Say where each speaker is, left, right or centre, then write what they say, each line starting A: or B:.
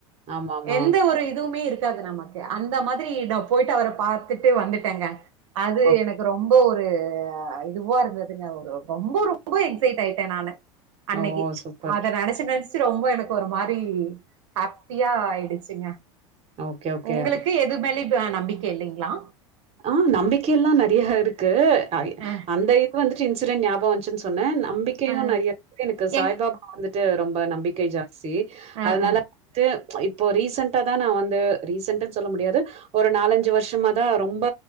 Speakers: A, on the right (about 40°); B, on the right (about 75°).
A: ஆமா ஆமா
B: எந்த ஒரு இதுவுமே இருக்கு அது நமக்கு அந்த மாதிரி நான் போயிட்டு அவரை பாாரத்துட்டு வந்துட்டேங்க அது
A: ஓகே
B: எனக்கு ரொம்ப ஒரு ஒரு இதுவா இருந்ததுங்க ஒரு ரொம்ப ரொம்ப எக்சைட் ஆயிட்டேன் நானான் அன்னைக்கு
A: ஓ சூப்பர்
B: அத நினைச்சு நினச்ச ரொம்ப எனக்கு ஒரு மாதிரி ஹாப்பியா ஆயிடுச்சுங்க
A: ஓகே ஓகே
B: உங்களுக்கு எது மேல இப்ப நம்பிக்கை இல்லைங்களா
A: ஆஹ நம்பிக்கை எல்லா நெறைய இருக்கு ஆ
B: அ
A: அந்த இது வந்து இன்சிடென்ட் ஞாபம் வந்திச்சு சொன்ன நா நம்பிக்கையும்
B: அ
A: நெறைய எனக்கு சாய்பாபா
B: எங்
A: வந்துட்டு ரொம்ப நம்பிக்கை ஜாஸ்தி
B: அ அ
A: அதனால வந்துட்டு இப்போ ரீசண்டடா தான் நான் வந்து ரீசன்டன்னு சொல்ல முடியாது ஒரு நாலஞ்சு வருஷமா தான் ரொம்ப